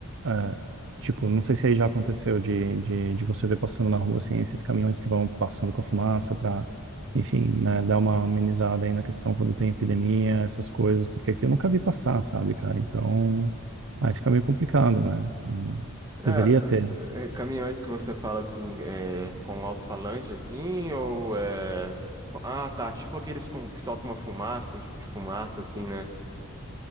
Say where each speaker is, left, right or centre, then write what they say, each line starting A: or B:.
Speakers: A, on the right; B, on the right.
A: É, tipo, não sei se aí já aconteceu de, de, de você ver passando na rua, assim, esses caminhões que vão passando com a fumaça para, enfim, né, dar uma amenizada aí na questão quando tem epidemia, essas coisas, porque aqui eu nunca vi passar, sabe, cara? Então, aí fica meio complicado, né? Hum,
B: é,
A: Deveria
B: n-
A: ter.
B: é caminhões que você fala assim, é, com alto-falante assim, ou é. Ah, tá. Tipo aqueles com, que soltam uma fumaça, um tipo de fumaça, assim, né?